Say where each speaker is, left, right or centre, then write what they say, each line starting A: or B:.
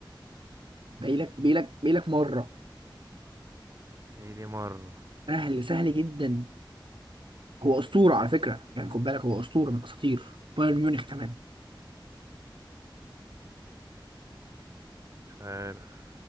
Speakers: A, on the right (about 75°); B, on the right (about 40°).
A: باقيلك باقيلك باقيلك مرة
B: هي دي مرة
A: سهل سهل جدا هو أسطورة على فكرة يعني خد بالك هو أسطورة من الأساطير بايرن ميونخ كمان
B: مش عارف